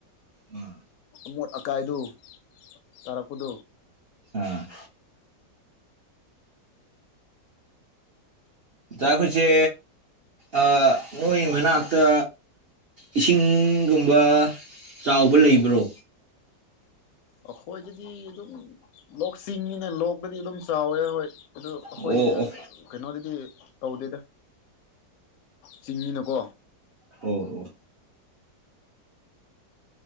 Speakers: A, on the right (about 60°); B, on the left (about 70°).
A: ꯑꯥ
B: ꯑꯃꯣꯠ ꯑꯀꯥꯏꯗꯨ ꯇꯥꯔꯛꯄꯗꯨ
A: ꯑ ꯇꯥꯒꯨꯏꯁꯦ ꯑꯥ ꯅꯣꯏ ꯃꯅꯥꯛꯇ ꯏꯁꯤꯡꯒꯨꯝꯕ ꯆꯥꯎꯕ ꯂꯩꯕ꯭ꯔꯣ
B: ꯑꯩꯈꯣꯏꯗꯗꯤ ꯑꯗꯨꯝ ꯂꯣꯛ ꯆꯤꯡꯅꯤꯅ ꯂꯣꯛꯇꯗꯤ ꯑꯗꯨꯝ ꯆꯥꯎꯋꯦ ꯑꯩꯈꯣꯏ ꯑꯗꯨ ꯑꯩꯈꯣꯏ
A: ꯑꯣ ꯑꯣ
B: ꯀꯩꯅꯣꯗꯗꯤ ꯇꯧꯗꯦꯗ ꯆꯤꯡꯅꯤꯅꯀꯣ
A: ꯑꯣ ꯑꯣ